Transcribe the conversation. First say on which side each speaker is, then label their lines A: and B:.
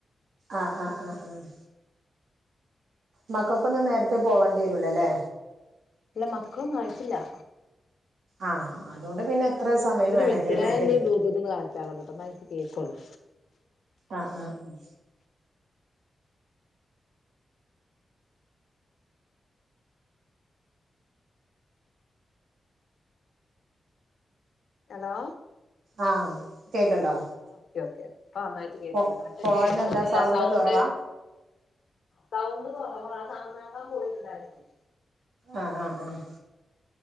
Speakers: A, on the right (about 80°); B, on the left (about 70°).
A: ആഹ് ആഹ് ആഹ് ആഹ് മക്കക്കൊന്നും നേരെത്തെ പോവേണ്ട്യരൂല്ല ല്ലേ.
B: ഇല്ല മക്കളൊന്ന്വായിട്ടില്ല.
A: ആഹ് അതോണ്ട് പിന്നെ എത്ര
B: ഉം
A: സമയം
B: ഒരു
A: വേണമെങ്കിലും
B: മിൻറ്റേ ഞാനൊന്ന്
A: നേരം
B: ബ്ലൂട്ടൂത് കണക്റ്റാക്കട്ടെ ട്ടോ എന്നാ ഇൻക്ക് കേക്കൊള്ളൂ.
A: ആഹ് ആഹ് ഉം
B: ഹലോ
A: ആഹ് കേക്ക്ണ്ടോ?
B: ഓക്കെ ഓക്കെ പ്പൊ നന്നായിട്ട് കേക്ക്ണ്ട്
A: ഫോ
B: മറ്റെ
A: ഫോണിന്
B: കേൾക്കുന്നില്ല
A: എന്താ
B: സൗണ്ട്
A: കുറവാ
B: സൗണ്ട് കൊറവാ അത് നന്നാക്കാൻ പോയിണ്ടായിര്ന്നു.
A: ആഹ് ആഹ് ആഹ്